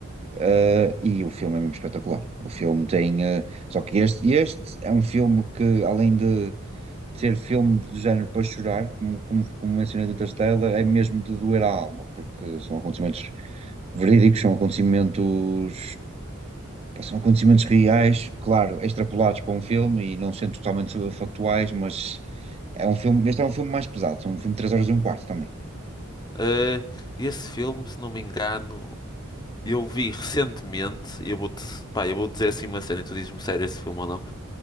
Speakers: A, on the right; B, on the left.
A: Eh, e o filme é mesmo espetacular. O filme tem. eh, só que este, este é um filme que, além de ser filme de género para chorar, como, como, como mencionei do Interstellar, é mesmo de doer a alma, porque são acontecimentos verídicos, são acontecimentos, pá, são acontecimentos reais, claro, extrapolados para um filme e não sendo totalmente factuais, mas é um filme, este é um filme mais pesado, é um filme de 3 horas e um quarto também.
B: Eh, esse filme, se não me engano, eu vi recentemente, eu vou-te, pá, eu vou dizer assim uma cena e tu dizes-me sério esse filme ou não,